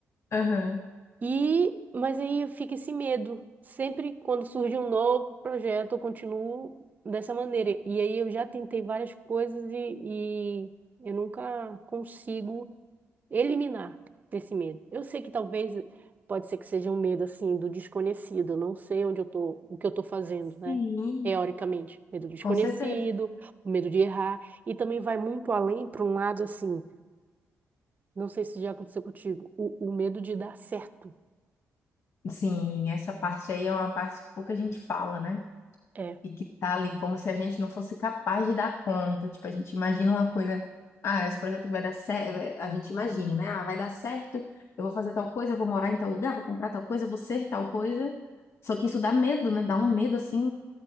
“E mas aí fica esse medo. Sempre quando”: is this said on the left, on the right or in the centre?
Right